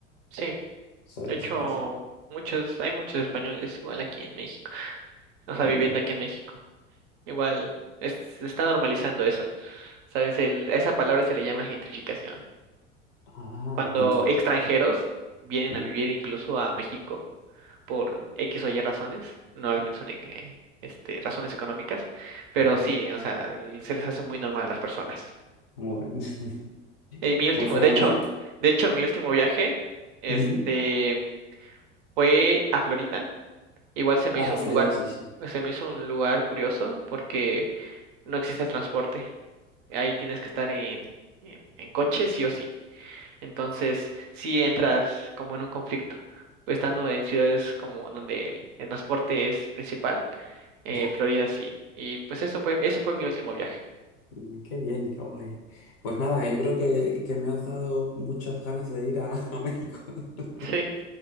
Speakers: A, on the right (about 45°); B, on the left (about 55°).
A: sí.
B: eso,
A: De hecho,
B: eso me parece
A: muchos, hay muchos españoles igual aquí en México, o sea,
B: muy
A: viviendo
B: bien.
A: aquí en México. Igual es- se está normalizando eso, ¿sabes? El, a esa palabra se le llama gentrificación.
B: Ah,
A: Cuando
B: gente.
A: extranjeros vienen
B: Mm,
A: a vivir incluso a México por X o Y razones, normalmente son eh, este, razones económicas, pero
B: Ya,
A: sí, o sea, l- se les hace muy normal a las personas.
B: muy bien. <laughs>
A: Eh, mi último,
B: Pues fenomenal.
A: de hecho, de hecho, mi último viaje, este,
B: Ujú.
A: fue a Florida Igual se me
B: A
A: hizo
B: la Florida,
A: un lugar,
B: sí, sí.
A: se me hizo un lugar curioso porque no existe el transporte. Ahí tienes que estar en, en, en coche sí o sí. Entonces, sí entras como en un conflicto. Estando en ciudades como donde el, el transporte es principal, eh,
B: Ya.
A: Florida sí. Y pues eso fue, eso fue mi último viaje.
B: Mm, Qué bien, qué guay. Pues nada, yo creo que, que me has dado muchas ganas de ir a, a México. <laughs>
A: <laughs> Sí,